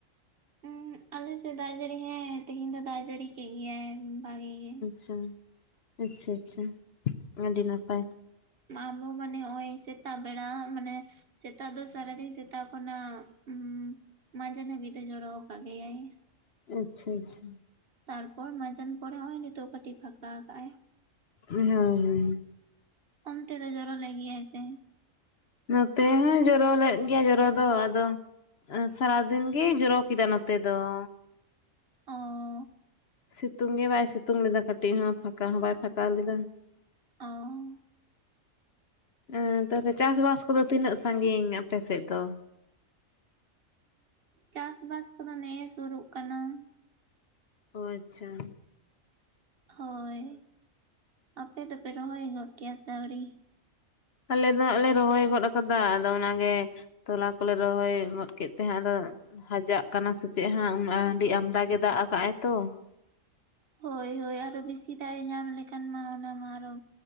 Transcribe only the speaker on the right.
ᱩᱸᱦᱩᱸᱜ ᱟᱞᱮ ᱥᱮᱫ ᱫᱟᱜ ᱡᱟᱹᱲᱤ ᱦᱮᱸ ᱛᱤᱦᱤᱧ ᱫᱚ ᱫᱟᱜ ᱡᱟᱹᱲᱤ ᱠᱮᱜ ᱜᱮᱭᱟᱭ ᱵᱷᱟᱜᱮᱹ ᱜᱮ ᱾
ᱢᱟᱢᱞᱳ ᱢᱟᱱᱮ ᱱᱚᱜᱼᱚᱭ ᱭ ᱥᱮᱛᱟᱜ ᱵᱮᱲᱟ ᱢᱟᱱᱮ ᱥᱮᱛᱟᱜ ᱫᱚ ᱥᱟᱨᱟᱫᱤᱱ ᱥᱮᱛᱟᱜ ᱠᱷᱚᱱᱟᱜ ᱩᱸᱷ ᱢᱟᱡᱟᱱ ᱦᱟᱹᱵᱤᱡ ᱫᱚ ᱡᱚᱨᱚ ᱠᱟᱜ ᱜᱮᱭᱟᱭ ᱾
ᱛᱟᱨᱯᱚᱨ ᱢᱟᱡᱟᱱ ᱯᱚᱨᱮ ᱚᱸᱜ-ᱚᱸᱭ ᱱᱤᱛᱚᱜ ᱠᱟᱴᱤᱡ ᱯᱷᱟᱠᱟ ᱠᱟᱜ ᱟᱭ ᱾
ᱚᱱᱛᱮ ᱫᱚ ᱡᱚᱨᱚ ᱞᱮᱜ ᱜᱮᱭᱟᱭ ᱥᱮ?
ᱚ ᱾
ᱚ-ᱚᱸ ᱾
ᱪᱟᱥ ᱵᱟᱥ ᱠᱚᱫᱚ ᱱᱮ ᱮ ᱥᱳᱨᱳᱜ ᱠᱟᱱᱟ ᱾
ᱦᱚᱭ, ᱟᱯᱮ ᱫᱚᱯᱮ ᱨᱚᱦᱚᱭ ᱜᱚᱫ ᱠᱮᱭᱟ ᱥᱮ ᱟᱣᱨᱤ?
ᱦᱳᱭ ᱦᱳᱭ ᱟᱨᱚ ᱵᱤᱥᱤ ᱫᱟᱜ ᱮ ᱧᱟᱢ ᱞᱮᱠᱷᱟᱱ ᱢᱟ ᱚᱱᱟ ᱢᱟ ᱟᱨᱚ